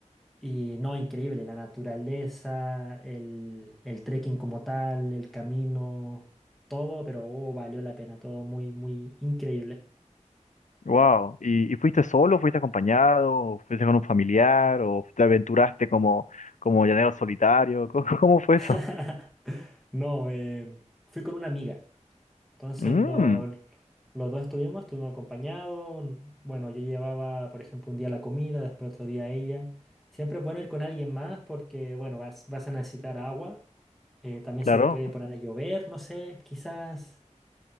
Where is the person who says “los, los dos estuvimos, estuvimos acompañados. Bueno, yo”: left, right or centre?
Centre